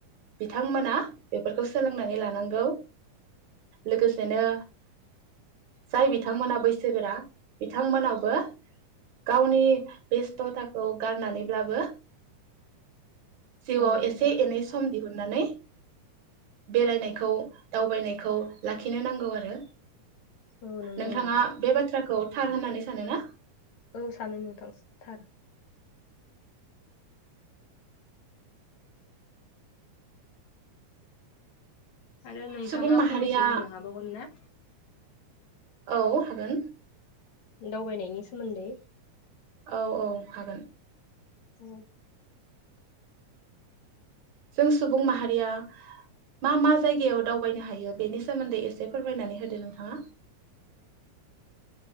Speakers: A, on the right (about 65°); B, on the left (about 70°).
A: बिथांमोना बेफोरखौ सो सोलोंनानै लानांगौ लोगोसेनो जाय बिथांमोना बैसोगोरा बिथांमोनावबो गावनि बेस्थथाखौ गारनानैब्लाबो जिउआव
B: औ नोंथां।
A: एसे एनै सम दिहुननानै बेरायनायखौ दावबायनायखौ लाखिनो नांगौ आरो।
B: औ नंगौ
A: नोंथाङा
B: नोंथां
A: बे बाथ्राखौ थार होननानै सानो ना?
B: औ सानो नोंथां थार। आरो नोंथाङा
A: सुबुं माहारिया
B: फंनैसो बुंनो हाबावगोनना?
A: औ हागोन।
B: दावबायनायनि सोमोन्दै।
A: औ औ हागोन।
B: <unintelligible>
A: जों सुबुं माहारिया मा मा जायगायाव दावबायनो हायो? बेनि सोमोन्दै एसे फोरमायनानै होदो नोंथाङा।